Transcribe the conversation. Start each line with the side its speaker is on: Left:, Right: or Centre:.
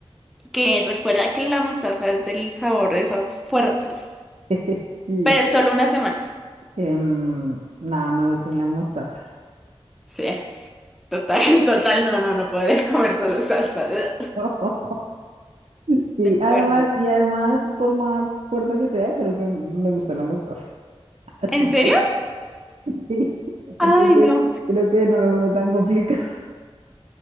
Centre: Que recuerda que la mostaza es del sabor de esas fuertes,
Right: <laughs> Sí.
Centre: pero es solo una semana.
Right: Em, nada, me voy con la mostaza.
Centre: Sí, total, <laughs> total, no, no, no poder comer solo salsa. <laughs>
Right: <laughs> Sí,
Centre: De acuerdo.
Right: además, y además, por más fuerte que sea, creo que me gusta la mostaza. <laughs> Así
Centre: ¿En serio?
Right: que, sí,
Centre: Ay,
Right: entonces
Centre: no.
Right: creo que no lo veo tan complicado. <laughs>